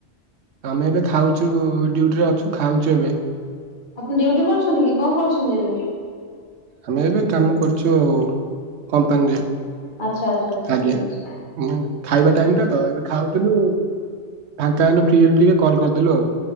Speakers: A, on the right; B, on the left.
A: ଆମେ ଏବେ ଖାଉଛୁ ଡ୍ୟୁଟିରେ ଅଛୁ ଖାଉଛୁ ଏବେ।
B: ଆପଣ ଡିୟୁଟି କରୁଛନ୍ତି କି କଣ କରୁଛନ୍ତି ଏବେ?
A: ଆମେ ଏବେ କାମ କରୁଛୁ ଆଉ କମ୍ପାନୀରେ
B: ଆଚ୍ଛା ଆଚ୍ଛା ଆଚ୍ଛା
A: ଆଜ୍ଞା।
B: ଠିକ ଅଛି
A: ହ ଖାଇବା ଟାଇମ ଟା ତ ଏବେ ଖାଉଥିଲୁ ଫାଙ୍କା ହେଲୁ ଫ୍ରି ହେଲୁ ଟିକେ କଲ କରିଦେଲୁ ଆଉ।